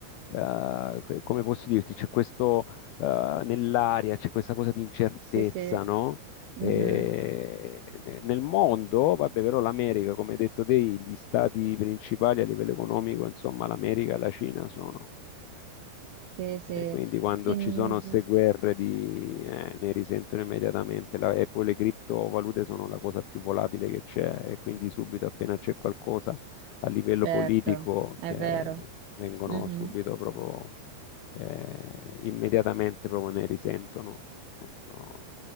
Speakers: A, on the left; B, on the right.
A: eh, que- come posso dirti, c'è questo eh, nell'aria, c'è questa cosa di incertezza,
B: Sì, sì.
A: no?
B: Mhm,
A: E nel mondo, vabbè, però l'America, come hai detto te, gli stati principali a livello economico, insomma, l'America e la Cina sono.
B: Sì, sì.
A: E quindi quando
B: In-
A: ci sono queste guerre di- eh, ne risentono immediatamente La- e poi le criptovalute sono la cosa più volatile che c'è e quindi subito appena c'è qualcosa a livello
B: Certo,
A: politico
B: è
A: che
B: vero.
A: vengono
B: Mm-hmm.
A: subito proprio eh, immediatamente proprio ne risentono. No.